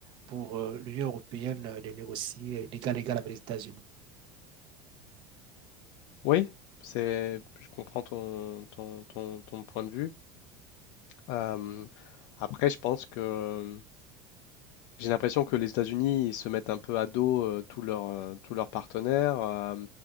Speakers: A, on the right; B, on the left.
A: pour euh, l'Union européenne euh, de négocier d'égal à égal avec les États-Unis.
B: Oui, c'est, je comprends ton, ton, ton, ton point de vue. Euh, après, je pense que J'ai l'impression que les États-Unis, ils se mettent un peu à dos euh, tous leurs euh, tous leurs partenaires, euh,